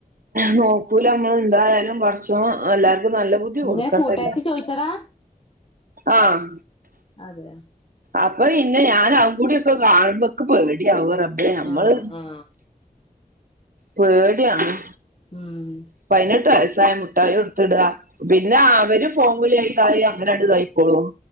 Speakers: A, on the right; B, on the left.
A: നോക്കൂല നമ്മൾ എന്തായാലും പടച്ചോൻ എല്ലാർക്കും നല്ല ബുദ്ധി
B: ഇങ്ങനെ
A: ബുദ്ധി കൊടുക്കട്ടെ
B: കൂട്ടാരത്തി ചോയിച്ചതാ
A: ആഹ്
B: അതെ
A: അപ്പൊ പിന്നെ ഞാൻ അഹുകൂടിഒക്കെ കാണുമ്പോ ഇൻക്ക് പേടിയാവ് റബ്ബേ നമ്മള്
B: ആ ആ
A: പേടിയാവുന്നു
B: ഉം
A: പതിനെട്ട് വയസ്സായ മുട്ടായി കൊടുത്തിടാ പിന്നെ അവര് ഫോൺ വിളി ആയിതാല അങ്ങനെണ്ട് ഇതായിക്കോളൂ